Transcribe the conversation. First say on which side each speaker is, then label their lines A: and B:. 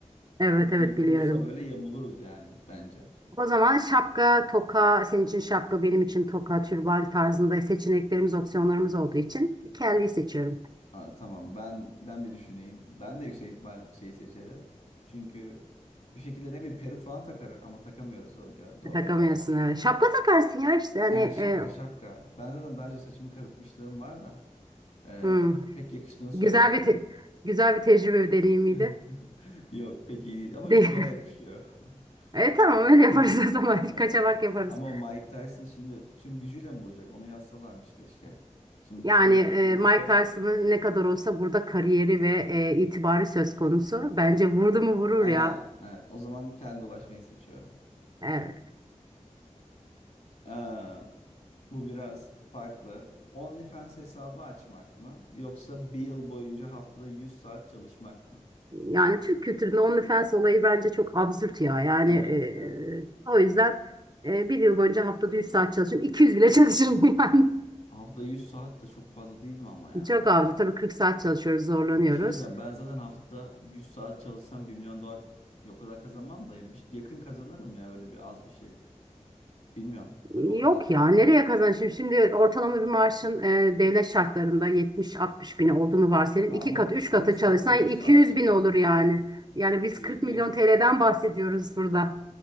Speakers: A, on the right; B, on the left.
A: Evet
B: Bir
A: evet biliyorum.
B: vursa böyle yamuluruz yani bence.
A: O zaman şapka, toka, senin için şapka, benim için toka, türban tarzında seçeneklerimiz, opsiyonlarımız olduğu için kelliyi seçiyorum.
B: Aa, tamam ben ben bir düşüneyim. Ben de yüksek ihtimal şeyi seçerim. Çünkü bir şekilde ne bir peruk falan takarım ama takamıyoruz doğru, ger- doğru
A: Takamıyorsun
B: gerçi.
A: evet. Şapka takarsın ya işte hani
B: Aynen,
A: e,
B: şapka şapka. Ben zaten daha önce saçımı kazıtmışlığım var da ee,
A: hmm,
B: pek yakıştığını söyleyemem.
A: güzel bir te- güzel bir tecrübe bir deneyimiydi.
B: <laughs> Yok pek iyi değil ama
A: De
B: 3 numara
A: <laughs>
B: yakışıyor. <laughs>
A: e tamam öyle yaparız
B: Ha,
A: o zaman.
B: Evet.
A: <laughs> Kaçamak yaparız.
B: Ama Mike Tyson şimdi tüm gücüyle mi vuracak? Onu yazsalarmış keşke. Şimdi
A: Yani
B: tüm
A: e,
B: gücüyle vursa.
A: Mike Tyson'ın ne kadar olsa burada kariyeri ve e, itibarı söz konusu. Bence vurdu mu vurur
B: Aynen,
A: ya.
B: evet. O zaman kel dolaşmayı seçiyorum.
A: E,
B: Aa, Bu biraz farklı. OnlyFans hesabı açmak mı yoksa bir yıl boyunca haftada 100 saat çalışmak mı?
A: Yani Türk kültüründe OnlyFans olayı bence çok absürt ya. Yani
B: Evet, evet.
A: e, o yüzden e, bir yıl boyunca haftada 100 saat çalışırım. 200 bile <laughs> çalışırım yani.
B: Haftada 100 saat de çok fazla değil mi ama ya?
A: Çok absürt. Tabii 40 saat çalışıyoruz, zorlanıyoruz.
B: Bir şey diyeceğim. Ben zaten haftada 100 saat çalışsam bir milyon dolar o kadar kazanmam da ya, bir- yakın kazanırım ya böyle bir az bir şey. Bilmiyorum. Tabii
A: Yok
B: o kadar.
A: ya nereye kazançım? Şimdi ortalama bir maaşın e, devlet şartlarında 70-60 bin olduğunu varsayalım.
B: Ha,
A: iki
B: ama
A: katı 3
B: 40
A: katı
B: saat,
A: çalışsan
B: 30
A: 200
B: saat çalışırız.
A: bin olur yani. Yani biz
B: 100
A: 40 milyon
B: bin.
A: TL'den bahsediyoruz burada.